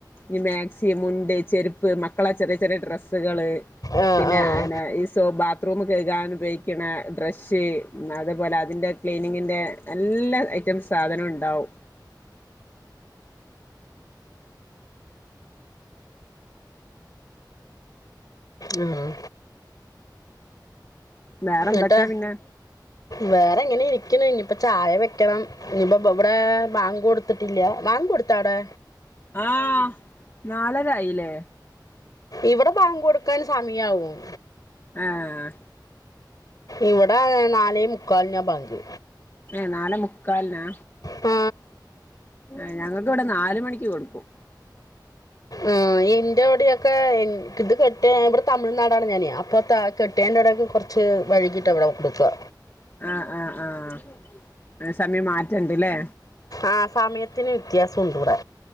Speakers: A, on the left; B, on the left.
A: ഇ മാക്സി മുണ്ട് ചെരുപ്പ് മക്കളെ ചെറ്യ ചെറിയ ഡ്രസ്സുകള്
B: ആഹ്
A: പിന്നെ
B: ആഹ്
A: അന ഈ സോ ബാ ത്രൂമ് കയ്കാൻ ഉപയ്ക്ക്ണെ ബ്രഷ് അത്പോലെ അതിൻ്റെ ക്ലീനിങ്ങിന്റെ എല്ലാ ഐറ്റംസ് സാധനുണ്ടാവും
B: ഉം
A: വേറെ എന്തൊക്കാ
B: ന്ന്ട്ട്
A: പിന്നെ
B: വേറെ ങ്ങനെ ഇ രിക്ക്ണ് ഇനിയിപ്പം ചായ വെക്കണം ഇനിയിപ്പോ ബ ബ്ടേ ബാങ്കൊട്ത്തിട്ടില്ല്യാ ബാങ്കൊട്ത്താ അവ്ടെ
A: ആ നാലരായില്ലേ
B: ഇവ്ടെ ബാങ്കാെട്ക്കാന് സമയാവും
A: ആഹ്
B: ഇവിടെ നാലേ മുക്കാലിനാ ബാങ്ക്
A: ഏഹ് നാലെ മുക്കാൽനാ
B: ആ
A: ഏഹ് ഞങ്ങക്ക് ഇവ്ടെ നാല് മണിക്ക് കൊട്ക്കും
B: ആ ന്റെ വിടെൊക്കെ ഇത് കെട്ടിയ ഇവിടെ തമിഴ്നാടാണ് ഞാൻ അപ്പൊ കെട്ടിയോന്റെ അവിടെയൊക്കെ കുറച്ച് വഴുകിട്ടണ് ബാങ്ക് കൊടുക്കുക
A: ആഹ് ആഹ് ആഹ് ഏഹ് സമയം മാറ്റണ്ട്ലേ
B: ആഹ് സമയത്തിന് വ്യത്യാസം ഉണ്ടിവിടെ